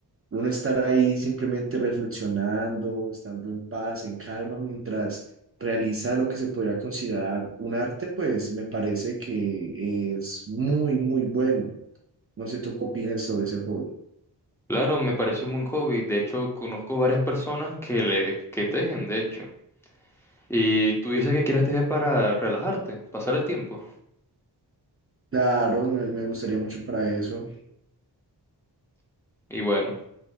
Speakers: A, on the right; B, in the centre.
A: uno estar ahí simplemente reflexionando, estando en paz, en calma, mientras realiza lo que se podría considerar un arte, pues me parece que es muy, muy bueno. No sé tú qué opinas sobre ese hobby.
B: claro, me parece un buen hobby. De hecho, conozco varias personas que le, que tejen, de hecho. Y tú dices que quieres tejer para relajarte, pasar el tiempo.
A: Claro, me, me gustaría mucho para eso.
B: Y bueno.